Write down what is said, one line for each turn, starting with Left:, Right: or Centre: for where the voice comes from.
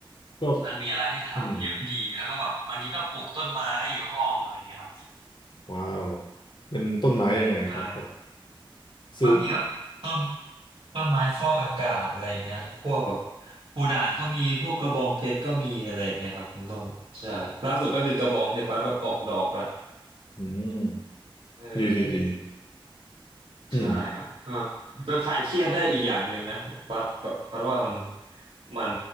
Left: ก็
Right: มันมีอะไรให้ทำเยอะดีแล้วก็แบบบางทีก็ปลูกต้นไม้อยู่ห้องอะไรเงี้ยครับ
Left: อืมว้าวเป็นต้นไม้ยังไงครับแบบ
Right: ใช่
Left: ซื้อ
Right: ว่ามีแบบต้น ต้นไม้ฟอกอากาศอะไรเงี้ยพวกแบบปูด่างก็มีพวกกระบองเพชรก็มีอะไรเงี้ยครับคุณต้นใช่ล่าสุดก็คือกระบองเพชรบัดแบบออกดอกละ
Left: อืม
Right: เออ
Left: ดีดีดีอืม
Right: ใช่ครับก็ก็คลายเครียดได้อีกอย่างหนึ่งนะบัดแบบบัดว่ามันมัน